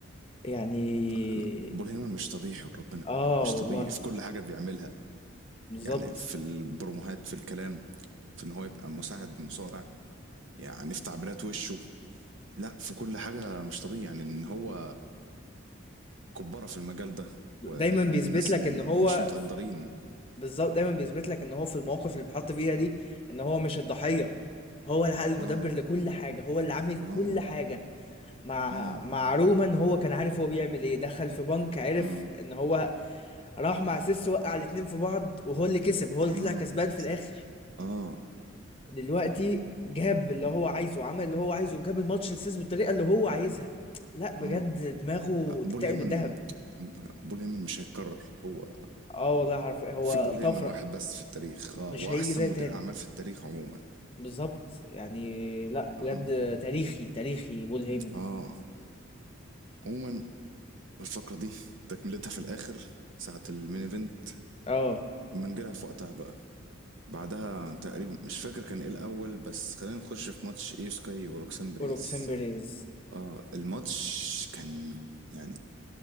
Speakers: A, on the left; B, on the right.
A: يعني
B: فلا بول هيمن مش طبيعي وربنا
A: اه
B: مش طبيعي
A: والله
B: في كل حاجة بيعملها
A: بالظبط
B: يعني في البروموهات في الكلام في ان هو يبقى مساعد مصارع يعني في تعبيرات وشه لا في كل حاجة مش طبيعي يعني ان هو كبارة في المجال ده
A: دايما
B: ومن
A: بيثبت
B: الناس
A: لك
B: اللي
A: ان هو
B: مش متقدرين
A: بالظبط دايما بيثبت لك ان هو في المواقف اللي بيتحط فيها دي ان هو مش الضحية هو العقل المدبر
B: اه
A: لكل حاجة هو اللي عامل كل
B: اه
A: حاجة مع
B: اه
A: مع رومان هو كان عارف هو بيعمل ايه دخل في بنك عرف
B: اه
A: ان هو راح مع سيس وقع الاتنين في بعض وهو اللي كسب هو اللي
B: اه
A: طلع كسبان في الاخر
B: اه
A: دلوقتي جاب اللي هو عايزه عمل اللي هو عايزه جاب الماتش لسيس بالطريقه اللي هو عايزها لا بجد
B: اه
A: دماغه
B: لا
A: تتقل
B: بول هيمن
A: بالذهب
B: بول هيمن مش هيتكرر هو
A: اه والله حرفيا هو
B: في بول هيمن
A: طفره
B: واحد بس في التاريخ اه
A: مش
B: واحسن
A: هيجي زي
B: مدير
A: تاني
B: اعمال في التاريخ عموما
A: بالظبط يعني لا بجد
B: اه
A: تاريخي تاريخي بول هيمن
B: اه عموما الفقره دي تكملتها في الاخر ساعه المين ايفنت
A: اه
B: لما نجيلها في وقتها بقى بعدها تقريبا مش فاكر كان ايه الاول بس خلينا نخش في ماتش ايو سكاي وروكسان بريز
A: وروكسين بيريز
B: اه الماتش كان يعني